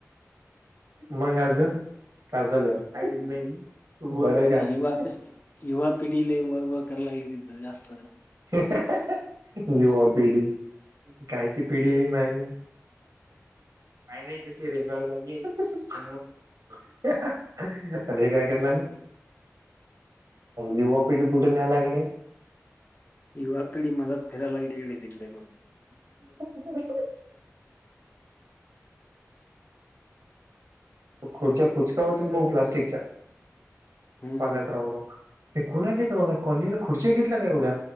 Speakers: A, on the right; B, on the left.
A: मंग अजून काय चालू आहे काही नाही बरं आहे
B: ते
A: का?
B: युवा युवा पिढी लय वळवळ कराय लागल्यात इथं जास्त.
A: <inaudible> युवा पिढी, कायची पिढी भाई काय नाही कशी रेंगाळू लागलेय. <inaudible> <unintelligible> <inaudible> आणि हे काय कराय लागल?
B: <unintelligible>
A: युवा पिढी कुठे न्याय लागली
B: युवा पिढी मदत फिरायला लागली हे इकडे- तिकडे गून.
A: <inaudible> खुर्च्या कुचका होतन भाऊ प्लास्टिकच्या.
B: हम्म
A: पाण्यात राहू-राहू ते कुणाचेेत बघ <unintelligible> कॉनेनं खुर्ची घेतल्या का एवढ्या?